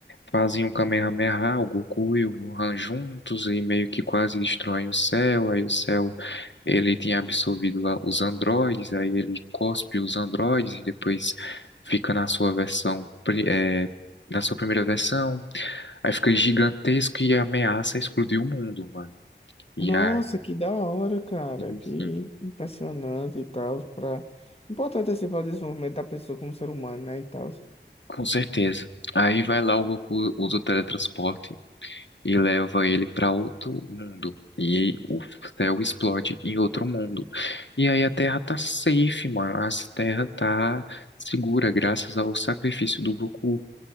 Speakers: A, on the left; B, on the left.
A: fazem um Kamehameha, o Goku e o Gohan juntos e meio que quase destroem o céu. Aí o céu ele tinha absorvido lá os androides, aí ele cospe os androides e depois fica na sua versão, pri- eh, na sua primeira versão. Aí fica gigantesco e ameaça explodir o mundo, mano. E
B: Nossa,
A: aí,
B: que da hora, cara.
A: sim,
B: Que impressionante e tal. Pra... Importante, assim, para o desenvolvimento da pessoa como ser humano, né? E tal.
A: com certeza. Aí vai lá o Goku, usa o teletransporte. e leva ele para outro mundo. E o céu explode em outro mundo. E aí a Terra tá safe, mano. A Terra tá segura graças ao sacrifício do Goku.